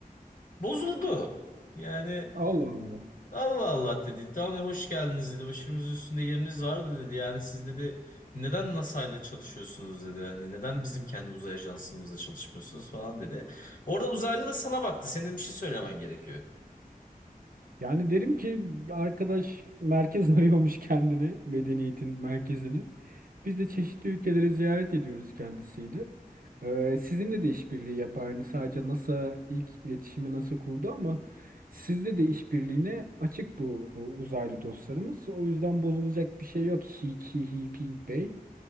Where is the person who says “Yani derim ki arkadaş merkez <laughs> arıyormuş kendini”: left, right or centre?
Right